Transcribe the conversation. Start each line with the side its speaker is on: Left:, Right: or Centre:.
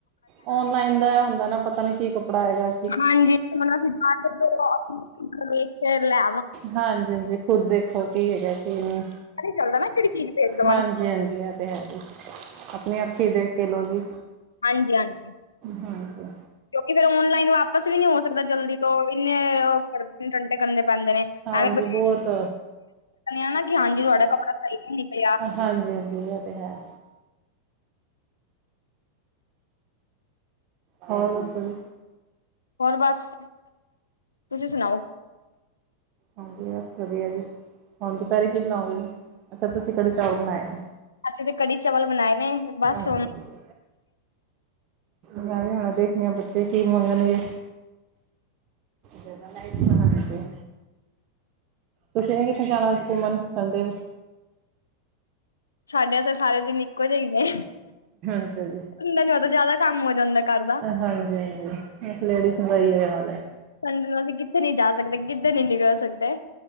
Right: ਔਨਲਾਈਨ ਦਾ ਐ ਹੁੰਦਾ ਨਾ, ਪਤਾ ਨੀ ਕੀ ਕੱਪੜਾ ਆਏਗਾ।
Left: ਹਾਂਜੀ, <inaudible> ਉਹ ਦੇਖ ਕੇ ਲੈ।
Right: ਹਾਂਜੀ-ਹਾਂਜੀ, ਖੁਦ ਦੇਖੋ ਕੀ ਹੈਗਾ ਕੀ ਨਹੀਂ,
Left: ਚੱਲਦਾ ਨਾ ਕਿਹੜੀ ਚੀਜ਼ ਭੇਜ ਦੇਵਣ
Right: ਹਾਂਜੀ-ਹਾਂਜੀ। ਇਹ ਤੇ ਹੈ ਜੀ, ਆਪਣੀ ਅੱਖੀਂ ਦੇਖ ਕੇ ਲਓ ਜੀ।
Left: ਹਾਂਜੀ-ਹਾਂਜੀ।
Right: ਹਾਂਜੀ।
Left: ਕਿਉਂਕਿ ਫੇਰ ਔਨਲਾਈਨ ਵਾਪਸ ਵੀ ਨੀ ਹੋ ਸਕਦਾ ਜਲਦੀ ਤੋ, ਇੰਨੇ ਉਹ ਟੰਟੇ ਕਰਨੇ ਪੈਂਦੇ ਨੇ।
Right: ਹਾਂਜੀ
Left: ਐਵੇਂ
Right: ਬਹੁਤ
Left: ਆ ਨਾ, ਕਿ ਹਾਂਜੀ ਤੁਹਾਡਾ ਕੱਪੜਾ ਸਹੀ ਨਹੀਂ ਨਿਕਲਿਆ।
Right: ਹਾਂਜੀ-ਹਾਂਜੀ, ਇਹ ਤੇ ਹੈ। ਹੋਰ ਦੱਸੋ ਜੀ।
Left: ਹੋਰ ਬਸ, ਤੁਸੀਂ ਸੁਣਾਓ।
Right: ਹਾਂਜੀ ਬਸ ਵਧੀਆ ਜੀ, ਹੁਣ ਦੁਪਹਿਰੇ ਕੀ ਬਣਾਓਗੇ ਜੀ, ਅੱਛਾ ਤੁਸੀਂ ਕੜੀ ਚੌਲ ਬਣਾਏ ਐ।
Left: ਅਸੀਂ ਤੇ ਕੜੀ ਚਾਵਲ ਬਣਾਏ ਨੇ, ਬਸ
Right: ਅੱਛਾ
Left: ਹੁਣ
Right: ਜੀ ਮੈਂ ਵੀ ਹੁਣੇ ਦੇਖਣੀ ਆ, ਬੱਚੇ ਕੀ ਮੰਗਣਗੇ। ਜਾਦਾ ਲਾਈਟ ਨਾ ਬਣਜੇ। ਤੁਸੀਂ ਨੇ ਕਿੱਥੇ ਜਾਣਾ ਅੱਜ ਘੁੰਮਣ, ਸੰਡੇ ਵੇ।
Left: ਸਾਡੇ ਵਾਸਤੇ ਸਾਰੇ ਦਿਨ ਇੱਕੋ ਜਿਹੇ ਹੀ ਨੇ।
Right: ਅੱਛਾ ਜੀ।
Left: ਸੰਡੇ ਨੂੰ ਤਾਂ ਜ਼ਾਦਾ ਕੰਮ ਹੋ ਜਾਂਦਾ ਘਰ ਦਾ।
Right: ਹਾਂਜੀ- ਹਾਂਜੀ, ਬਸ ਲੇਡੀਜ਼ ਦਾ ਇਹੀਓ ਹਾਲ ਐ।
Left: ਸੰਡੇ ਨੂੰ ਅਸੀਂ ਕਿੱਥੇ ਨਹੀਂ ਜਾ ਸਕਦੇ, ਕਿੱਧਰ ਨੀ ਨਿਕਲ ਸਕਦੇ।